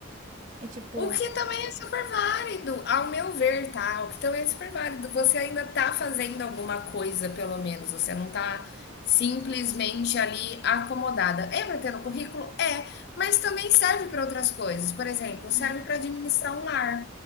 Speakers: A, on the right; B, on the left.
A: É tipo...
B: O que também é super válido, ao meu ver, tá? O que também é super válido. Você ainda tá fazendo alguma coisa, pelo menos. Você não tá simplesmente ali acomodada. É para ter no currículo? É, mas também serve para outras coisas. Por exemplo,
A: Uhum.
B: serve para administrar um lar,